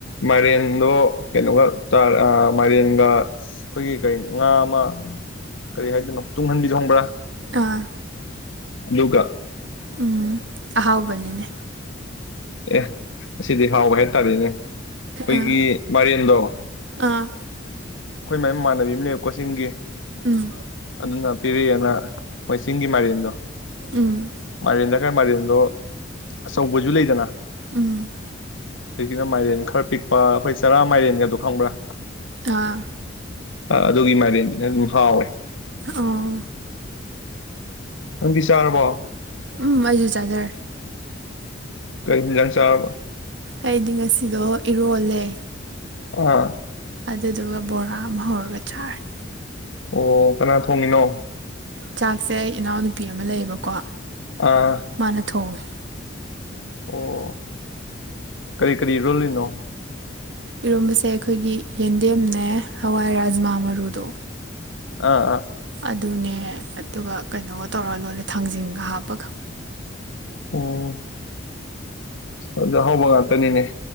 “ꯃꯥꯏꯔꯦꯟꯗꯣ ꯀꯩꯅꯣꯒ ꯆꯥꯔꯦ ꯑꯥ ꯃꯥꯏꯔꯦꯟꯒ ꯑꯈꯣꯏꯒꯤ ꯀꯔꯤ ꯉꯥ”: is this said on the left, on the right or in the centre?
Left